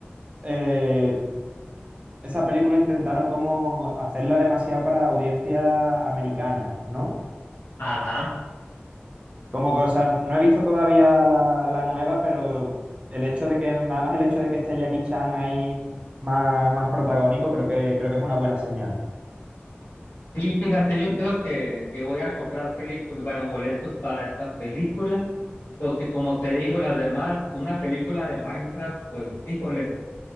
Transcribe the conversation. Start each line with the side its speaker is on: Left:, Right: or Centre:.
Right: eh, esa película intentaron como hacerla demasiado para audiencia americana, ¿no?
Left: Ajá.
Right: Como que, o sea, no he visto todavía la, la nueva, pero el hecho de que, nada más el hecho de que esté Jackie Chan ahí más, más protagónico, creo que, creo que es una buena señal.
Left: Sí, fíjate, yo creo que, que voy a comprar películas, bueno, boletos para esta película, porque como te digo, las demás, una película de Minecraft, pues, híjole,